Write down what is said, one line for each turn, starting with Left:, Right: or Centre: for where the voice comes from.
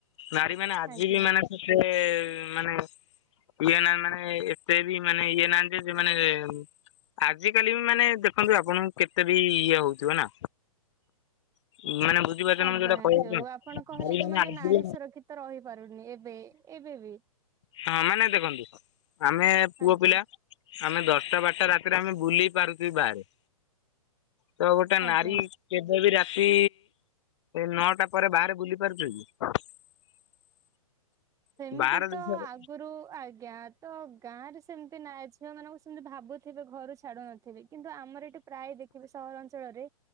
Left: ନାରୀ ମାନେ ଆଜି
Right: ଆଜ୍ଞା
Left: ବି ମାନେ ସେ ମାନେ ଇଏ ନା ମାନେ ଏତେ ବି ମାନେ ଇଏ ନାହାନ୍ତି ଯେ ସେ ମାନେ ଆଜ କାଲି ମାନେ ଦେଖନ୍ତୁ ଆପଣଙ୍କୁ କେତେ ବି ଇଏ ହଉଥିବ ନା ଉ ମାନେ। ବୁଝିପାରୁଛନ୍ତି
Right: ଆଜ୍ଞା
Left: ମୁଁ ଯୋଉଟା କହିବାକୁ
Right: ଯୋଉ ଆପଣ କହିଲେ
Left: ଚାହୁଁଛି
Right: କି ମାନେ
Left: ଆଜି
Right: ନାରୀ
Left: ବି
Right: ସୁରକ୍ଷିତ ରହିପାରୁନି ଏବେ ଏବେ ବି।
Left: ହଁ ମାନେ ଦେଖନ୍ତୁ ଆମେ ପୁଅ
Right: ଆଜ୍ଞା
Left: ପିଲା। ଆମେ ଦଶଟା ବାରଟା ରାତିରେ ଆମେ ବୁଲେଇ ପାରୁଛିବୁ ବାହାରେ। ତ ଗୋଟିଏନାରୀ।
Right: ଆଜ୍ଞା
Left: କେବେ ବି ରାତି ନଅଟା ପରେ ବାହାରେ ବୁଲି ପାରୁଚି <inaudible>
Right: ସେମିତି
Left: ବାହାର
Right: ତ
Left: ଦେଶରେ
Right: ଆଗରୁ ଆଜ୍ଞା ତ ଗାଁ ରେ ସେମିତି ନାଇଯ ଝିଅ ମାନଙ୍କୁ ସେମିତି ଭାବୁ। ଥିବେ ଘରୁ ଛାଡୁ ନଥିବେ କିନ୍ତୁ ଆମର ଏଠି ପ୍ରାୟ ଦେଖିବେ ସହରା ଅଞ୍ଚଳରେ